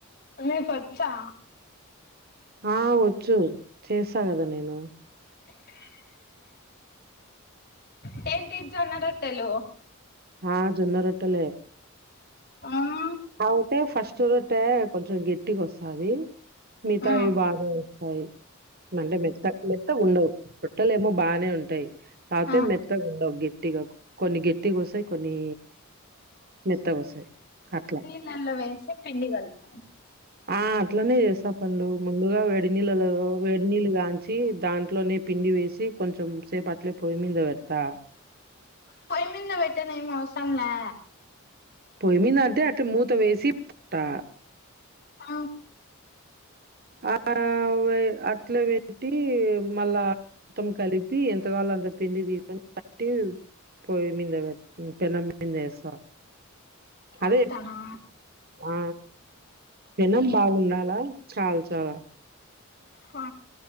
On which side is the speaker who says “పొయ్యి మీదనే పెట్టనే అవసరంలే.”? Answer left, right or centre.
Left